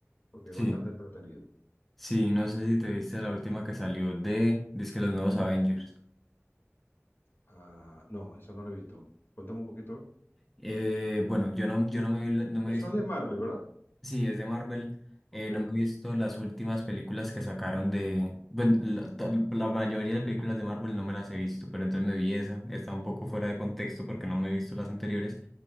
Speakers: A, on the left; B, in the centre.
A: porque es
B: Sí,
A: bastante entretenido.
B: sí, no sé si te viste la última que salió de, dice que los nuevos Avengers.
A: Ah, no, eso no lo he visto. Cuéntame un poquito.
B: Eh, bueno, yo no, yo no me vi, la- no me
A: Eso
B: he visto.
A: es de Marvel, ¿verdad?
B: Sí, es de Marvel.
A: Ok.
B: Eh, no me he visto las últimas películas que sacaron de... Bueno, la, to- la mayoría de películas de Marvel no me las he visto, pero entonces me vi esa. Está un poco fuera de contexto porque no me he visto las anteriores,